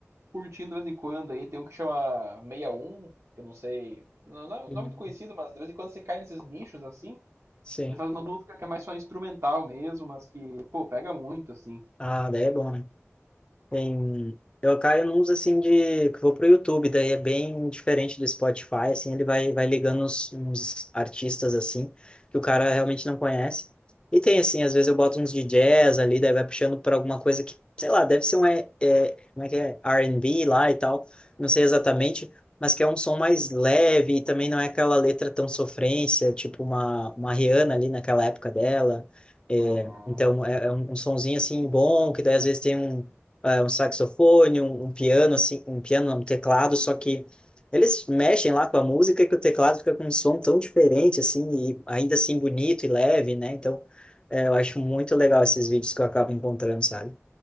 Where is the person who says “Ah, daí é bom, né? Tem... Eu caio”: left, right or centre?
Left